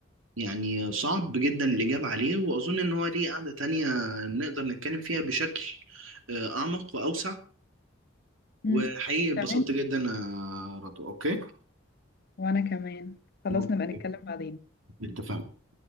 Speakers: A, on the right; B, on the left.
A: يعني صعب جدا الإجابة عليه وأظن إن هو ليه قعدة تانية نقدر نتكلم فيها بشكل آه، أعمق وأوسع
B: مم.
A: وحقيقي اتبسطت
B: تمام
A: جدا يا رضوى أوكي؟
B: وانا كمان خلاص
A: أوكي
B: نبقى نتكلم بعدين
A: اتفقنا